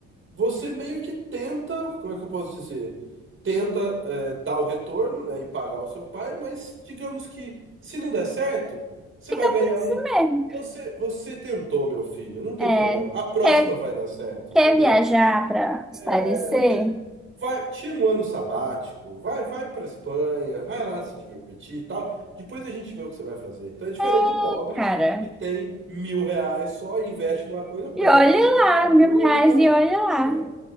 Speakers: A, on the right; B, in the centre.
A: Você meio que tenta, como é que eu posso dizer? Tenta, é, dar o retorno, né, e pagar o seu pai, mas digamos que se não der certo, você
B: Fica
A: vai ganhar
B: por isso
A: um.
B: mesmo.
A: Você, você tentou, meu filho, não tem
B: É,
A: problema. A próxima
B: quer,
A: vai dar certo,
B: quer
A: entendeu?
B: viajar para espairecer?
A: É, não tem. pro- Vai, tira um ano sabático, vai, vai para Espanha, vai lá se divertir e tal. Depois a gente vê o que você vai fazer. Então é diferente
B: É,
A: de um pobre
B: Cara,
A: que tem mil reais só, investe numa coisa, perde
B: e olha
A: tudo,
B: lá,
A: acabou
B: mil
A: e
B: reais
A: aí já vai.
B: e olha lá.
A: É.